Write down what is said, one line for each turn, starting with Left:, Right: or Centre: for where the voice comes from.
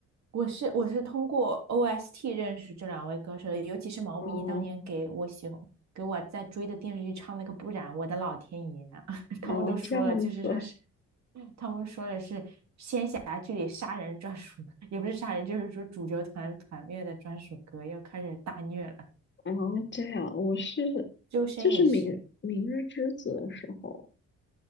Right: 我是我是通过 OST 认识这两位歌手，尤其是毛不易当年给我喜欢给我在追的电视剧唱那个《不染，
Left: 哦，
Right: 我的老天爷啊，<laughs>
Left: 然后这样子，
Right: 他们都说了，就是说是他们说的是仙侠剧里杀人专属，<laughs> 也不是杀人，就是说主角团团灭的专属歌，要开始大虐了。
Left: 然后这样，我是
Right: 周深也是，
Left: 就是明《明日之子》的时候